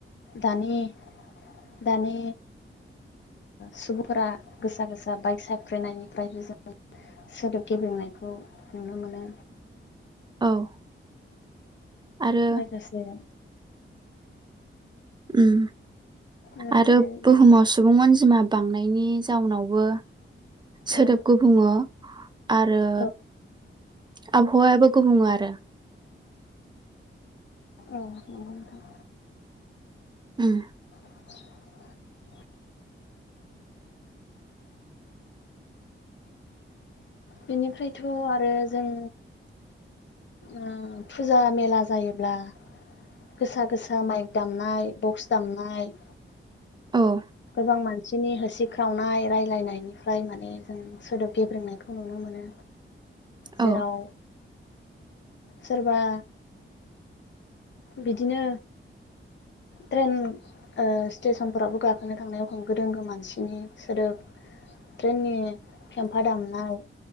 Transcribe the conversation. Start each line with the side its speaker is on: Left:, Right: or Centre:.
Left: दानि-दानि सुबुंफोरा गोसा- गोसा बाइक सफ्रिनायनिफ्रायबो जों सोदोब गेबंनायखौ नुनो मोनो।
Right: औ आरो
Left: लोगोसे
Right: उम।
Left: लोगोसे
Right: आरो बुहुमाव सुबुं अनजिमा बांनाय। <unintelligible> जाउनावबो सोदोबखौ
Left: औ
Right: गुबुङो आरो
Left: औ
Right: आबहावायाबो गुबुङो आरो।
Left: औ नंगौ नोंथां।
Right: ओम।
Left: <unintelligible> बेनिफ्रायथ' आरो जों ओ फुजा -मेला जायोब्ला। गोसा-गोसा माइक दामनाय बक्स दामनाय।
Right: औ।
Left: गोबां मानसिनि होसिख्रावनाय रायलायनायनिफ्राय माने जों सोदोब गेब्रेंनायखौ नुनो मोनो।
Right: औ
Left: जेराव सोरबा बिदिनो ट्रेन ओ स्टेसनफोरावबो गाखोनो थांनाय एखम गोदोंगो मानसिनि सोदोब ट्रेननि फेमफा दामनाय